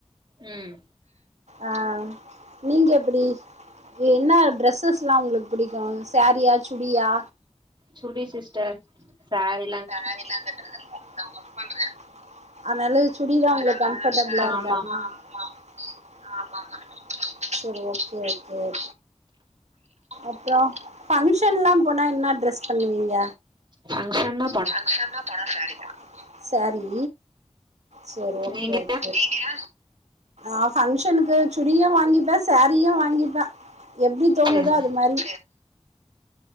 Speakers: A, on the right (about 40°); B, on the right (about 75°).
A: ம்
B: ஆ நீங்க எப்டி என்ன ட்ரெஸ்ஸஸ்லாம் உங்களுக்கு பிடிக்கும் சேரியா சுடியா
A: சுடி சிஸ்டர் சேரி
B: சேரிலாம் கட்டறதுல்ல நா ஒர்க் பண்றன் அதனால சுடிதா உங்களுக்கு கம்ஃபர்ட்டபிளா
A: ஆமா
B: இருக்கா அப்பனா ஆமா ஆமா சேரி ஓகே ஓகே அப்புறம் பங்க்ஷன்லாம் போனா என்ன ட்ரெஸ் பண்ணுவீங்க
A: பங்க்ஷனா
B: பங்ஷன்னா போனா சேரிதா சேரி செரி ஓகே
A: நீங்க
B: சரிங்க ஆ பங்கஷனுக்கு சுடியும் வாங்கிப்பே சேரியும் வாங்கிப்பே எப்டி தோணுதோ
A: சேரி
B: அது மாரி